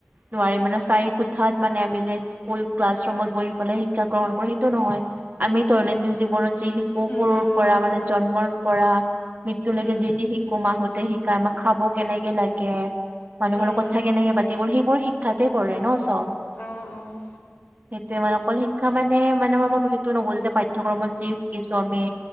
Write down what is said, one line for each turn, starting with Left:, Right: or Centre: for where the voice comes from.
Right: নোৱাৰি মানে চাৰি কোঠাত মানে আমি যে স্কুল ক্লাছ ৰুমত বহি পেলাই শিক্ষা গ্ৰহণ কৰো সেইটো নহয়, আমি দৈনন্দিন জীৱনত যি সৰু
Left: উম, উম,
Right: পৰা
Left: সেইটো
Right: মানে জন্মৰ পৰা মৃত্যুলৈকে
Left: উম,
Right: যিতি শিকো মাহতে শিকাই আমাক খাব কেনেকে লাগে। মানুহৰ
Left: উম,
Right: লগত কথা কেনেকে পাতিব লাগে সেইবোৰ শিক্ষাতে পৰে ন চব।
Left: অ, অ,
Right: সেইটোৱে মানে অকল শিক্ষা মানে-মানে সেইটো নব'ল যে পঠ্যক্ৰমত যি শিকিছো আমি।